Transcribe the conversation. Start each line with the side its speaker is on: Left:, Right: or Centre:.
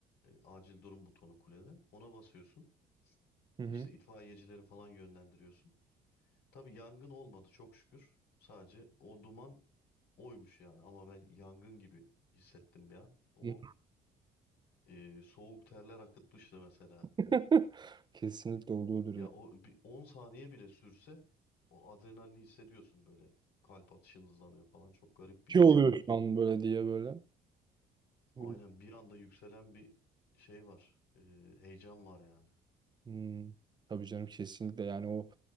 Left: Ee, acil durum butonu kulede. Ona basıyorsun.
Right: hı hı.
Left: İşte itfaiyecileri falan yönlendiriyorsun. Tabii yangın olmadı çok şükür. Sadece o duman oymuş yani ama ben yangın gibi hissettim bir an. O
Right: Hı.
Left: e, soğuk terler akıtmıştı mesela.
Right: <laughs> Kesinlikle oluyordur
Left: Ya
Right: ya.
Left: o bir 10 saniye bile sürse o adrenalini hissediyorsun böyle. Kalp atışın hızlanıyor falan. Çok garip bir
Right: Ki
Left: his
Right: oluyor
Left: yani.
Right: şu an böyle diye böyle. Hı.
Left: Aynen bir anda yükselen bir şey var. E, heyecan var yani.
Right: Hmm, tabii canım kesinlikle yani o